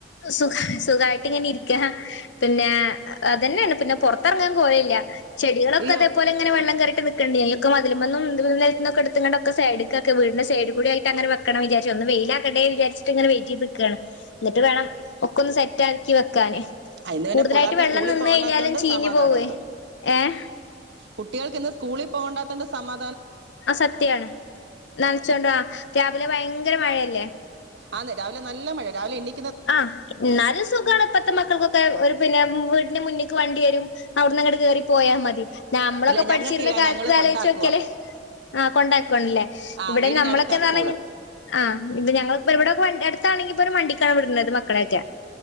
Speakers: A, on the left; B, on the right.
A: സുഖ സുഖായിട്ട് ഇങ്ങനെ ഇരിക്ക പിന്നെ അതന്നേണ് പിന്നെ പൊറത്തെറങ്ങാൻ കോയല്ല ചെടികളൊക്കെ
B: അയ്യോ
A: തെപോലെങ്ങെനെ വെള്ളം കേറിട്ട് നിക്ക്ണ്ട് എ ക്കെ മതിലുമന്നും ദും നെൽത്ത്ന്നൊക്കെട്ത്ത്ങ്ങണ്ട് ഒക്കെ സൈഡ്ക്കാക്ക വീടിന്റെ സൈഡ് കൂടേയിട്ടങ്ങനെ വെക്കണം വിചാരിച്ച ഒന്ന് വെയ്ലാകട്ടേ വിചരിച്ചട്ട്ങ്ങനെ വെയിറ്റെയ്ത്ക്കാണ് ന്നിട്ട് വേണം ഒക്കൊന്ന്സെ റ്റാക്കി വെക്കാന്
B: അ ഇന്ന് പിന്നെ
A: കൂടുതലായിട്ട്
B: പുള്ളാർക്ക്
A: വെള്ളം
B: സ്കൂളിൽ
A: നിന്ന്
B: പോകണ്ടാത്തതൊണ്ട്
A: കഴിഞ്ഞാലും ചീഞ്ഞു
B: സമാധാനം
A: പോവേ.
B: ഒണ്ട്
A: ഏഹ്
B: കുട്ടികൾക്ക് ഇന്ന് സ്കൂളിൽ പോകണ്ട ണ്ട് സമാ
A: ആ സത്യാണ് നനച്ചോണ്ടോ രാവിലെ ഭയങ്കര മഴയല്ലേ
B: ആന്ന് രാവിലെ നല്ല മഴ രാവിലെ എണി
A: ആ ന്നാലും സുഖണ്പ്പത്തെ മക്കൾക്കക്കാെ ഓര് പിന്നെ മു വീട്ന്റെ മുന്ന്ക്ക് വണ്ട്യെരും അവിട്ന്ന്ങ്ങട്ട് കേറി പോയാ മതി നമ്മളൊക്കെ
B: ഇല്ല
A: പഠിച്ചിര്ന്ന
B: ഞങ്ങൾക്കില്ല
A: കാലത്ത്
B: ഞങ്ങള്
A: ആലോയ്ച്ചോക്കിയാല്
B: കൊണ്ടാക്കുക
A: ആ കൊണ്ടാക്കാെണ്ല്ലേ
B: ആ
A: ഇവിടെ
B: വീടിനടുത്താ
A: നമ്മളൊക്കെന്നറ്ഞ്ഞ
B: സ്കൂള്
A: ആ ഇപ്പ ഞങ്ങ പ്പം ഇവിടെ എടുത്താണെങ്കിൽ പ്പൊര് വണ്ടി ലാ വിട്ണത് മക്കളെയൊക്കെ